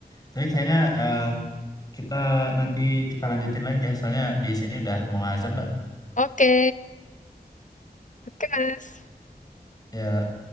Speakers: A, on the left (about 25°); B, on the left (about 50°).
A: Tapi kayaknya eh, kita nanti kita lanjutin lagi ya, soalnya di sini udah mau azan, Mbak.
B: Oke, oke Mas.
A: Ya,